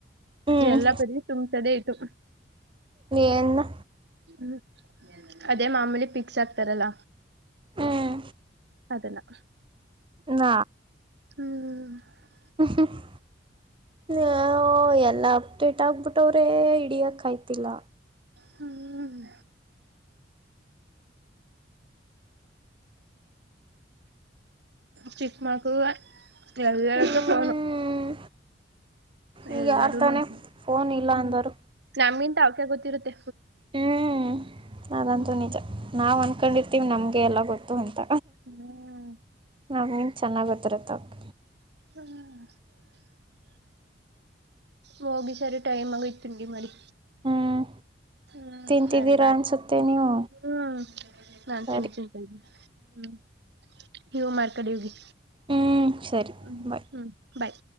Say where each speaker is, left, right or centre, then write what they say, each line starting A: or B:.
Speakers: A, on the right; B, on the right.
A: ಹ್ಮ್
B: ಎಲ್ಲಾ ಪರಿ ತುಂಬಸದೆೇ ಇತು
A: ನೀನ್ನು
B: ಹ್ಮ್ ಅದೇ ಮಾಮೂಲಿ ಪಿಕ್ಸ್ ಆಗ್ತಾರಲ್ಲ
A: ಹ್ಮ್
B: ಅಲ್ಲಾ
A: ನ
B: ಹ್ಮ್
A: ಹ <unintelligible> ಹ ಎಲ್ಲ ಆಗ್ತ ಇಟ್ಟ ಆಗ್ಬಿಟ್ಟ ಮಟ್ಟವ್ರೇ ಇಡಿಯಕ್ಯ್ತಿಲ್ಲ
B: ಹ್ಮ್ ಚಿಕ್ಕ ಮಗು ಕೆಳಳಕ್ಕೆ
A: ಹ್ಮ್
B: ಫೋನು
A: ಈಗ
B: ಎಲ್ಲಾರು
A: ಯಾರು ತಾನೇ
B: ನೋಡ್ ಹ್ಮ
A: ಫೋನ್ ಇಲ್ಲ ಅಂದರು
B: ನಮ್ಮಿಂತ ಅವಕ ಗೊತ್ತ ಇರುತ್ತೆ
A: ಹ್ಮ್ ಅದಂತೂ
B: ಹ್ಮ್
A: ನಿಜ ನಾವಂತ ಅನ್ಕೊಂಡಿರ್ತೀವಿ ನಮಗೆಲ್ಲ ಗೊತ್ತು ಅಂತ
B: ಹ್ಮ್
A: ನಮನ್ ಚೆನ್ನಾಗ್ ಬತ್ತರತ್ತ ತಪ್ಪ
B: ಹ್ಮ ಹೋಗಿ ಸಾರೆ ಟೈಮ್ ಆಗ ತಿಂಡಿಮಾಡಿ
A: ಹ್ಮ್
B: ಹ್ಮ್
A: ತಿಂತಿದ್ದೀರಾ
B: ಸರಿ ಬಾಯ
A: ಅನ್ಸುತ್ತೆ ನೀವು
B: ಹ್ಮ್ ನಾನ್
A: ಸರಿ
B: ತಿಂಡಿ ಚಂತ ಇದ್ದೀನೆ ಹ್ಮ್ ಹಿವು ಮಾರ್ಕಡಿೋಗಿ
A: ಹ್ಮ್ ಸರಿ
B: ಹ್ಮ್
A: ಬಾಯ್
B: ಹ್ಮ್ ಬಾಯ್